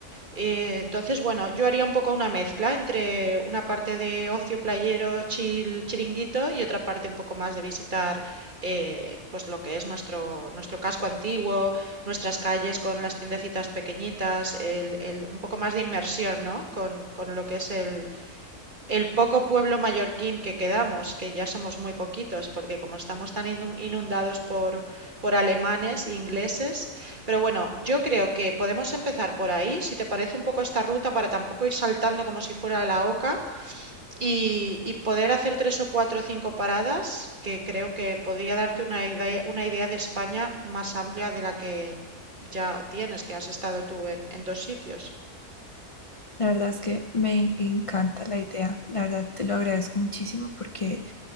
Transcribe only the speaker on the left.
La verdad es que me encanta la idea, la verdad te lo agradezco muchísimo porque...